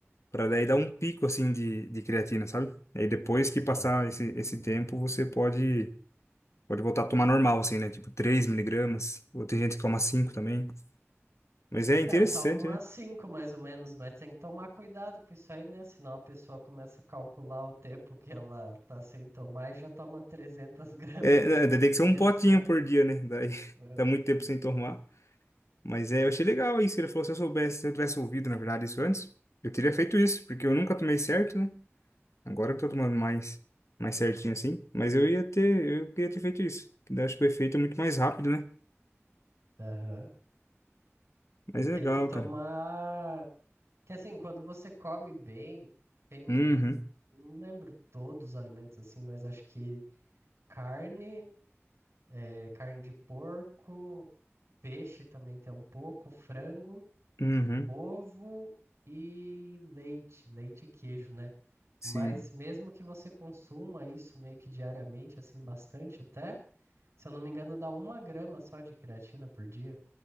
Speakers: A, on the left (about 75°); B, on the right (about 60°).
A: para daí dar um pico assim de, de creatina, sabe? Aí depois que
B: Você-
A: passar esse, esse tempo, você pode pode voltar a tomar normal assim, né? Tipo 3 miligramas, ou tem gente que toma 5 também. Mas é interessante,
B: É, eu tomo umas
A: né?
B: cinco mais ou menos, mas tem que tomar cuidado com isso aí, né? Senão a pessoa começa a calcular o tempo que ela tá sem tomar e já toma 300 <laughs> gramas
A: É,
B: no,
A: né,
B: num
A: tem que ser
B: dia
A: um potinho
B: só.
A: por dia, né? Daí <laughs>
B: É.
A: tá muito tempo sem tomar. Mas é, eu achei legal isso. Ele falou, se eu soubesse, se eu tivesse ouvido, na verdade, isso antes, eu teria feito isso, porque eu nunca tomei certo, né? Agora que eu tô tomando mais, mais certinho assim. Mas eu ia ter, eu queria ter feito isso. Que daí acho que o efeito é muito mais rápido, né?
B: Aham.
A: Mas
B: E tem
A: é legal,
B: que tomar.
A: cara.
B: Que assim, quando você come bem, tem.
A: Uhum,
B: Não lembro todos os alimentos assim, mas acho que carne, é, carne de porco, peixe também tem um pouco, frango.
A: uhum,
B: Ovo e leite, leite e queijo, né?
A: sim.
B: Mas mesmo que você consuma isso meio que diariamente, assim, bastante até, se eu não me engano, dá uma grama só de creatina por dia,